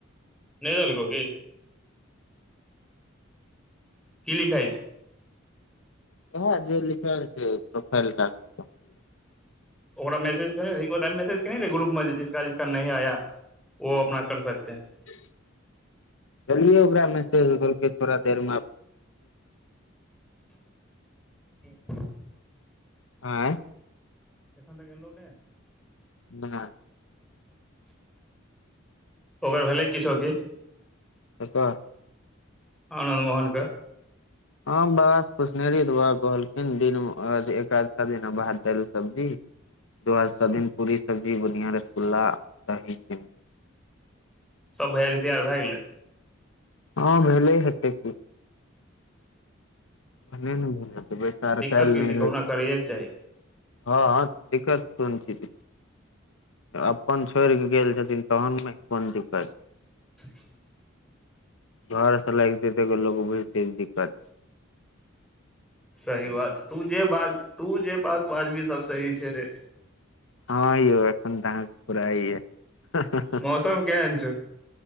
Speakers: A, in the centre; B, on the left.
A: नहि देलको की की लिखाइ छै
B: हाँ जे लिखल छै प्रोफाइल टास्क <inaudible>
A: ओकरा मैसेज देही मैसेज के नहि रहै ग्रुप मे जिसका जिसका नही आया वो अपना कर सकतेै है
B: चल ओकरा मैसेजल थोड़ा देर मे
A: त <inaudible>
B: आँ य
A: एखन तऽ गेल उ ने
B: ना
A: ओकर भेलै किछो की
B: क्कर
A: आनन्द मोहनके
B: हँ बाबा कुछनेरी तऽ बाबा कहलखिन दिन एकादश दिन भात दालि सब्जी द्वादसा दिन पूड़ी सब्जी बुनिया रसगुल्ला दही चिन्नी
A: सब भैयारी तैयार भए गेलै
B: हँ भेले हेते कि हूं भेल बैसा आ
A: दिक्कत
B: कालल
A: की
B: नहि होइ
A: कहुना
B: छै
A: करैएके
B: <unintelligible>
A: चाही
B: हँ हँ दिक्कत कोन छी के अपन छोड़ कऽ गेल छथिन तहन ने कोन दिक्कत
A: <inaudible>
B: घर से लगते तै लोक भुजते दिक्कत छै
A: सही बात तू जे बाज तू जे बात बाजबी सब सही छै रे
B: हँौ एखन तऽ अहाँ के फुुरायऽ एऽ
A: मौसम केहअन छौ